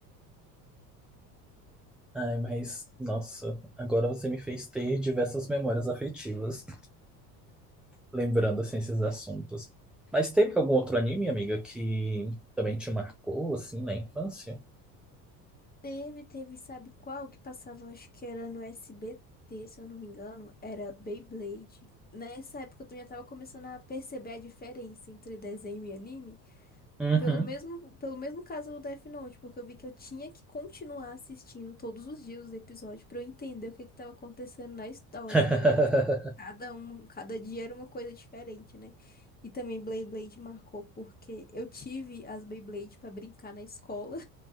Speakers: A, in the centre; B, on the left.
A: <laughs> Ai, mas nossa, agora você me fez ter diversas memórias afetivas, lembrando assim, esses assuntos. Mas teve
B: <laughs>
A: algum outro anime, amiga, que também te marcou assim na infância?
B: Teve, teve, sabe qual que passava? Acho que era no SBT, se eu não me engano. Era Beyblade. Nessa época eu também já tava começando a perceber a diferença entre desenho e anime.
A: Uhum.
B: Pelo mesmo, pelo mesmo caso do Death Note, porque eu vi que eu tinha que continuar assistindo todos os dias os episódios pra eu entender o que que tava acontecendo na história.
A: <laughs>
B: Não era tipo, cada um, cada dia era uma coisa diferente, né? E também Beyblade marcou porque eu tive as Beyblade pra brincar na escola.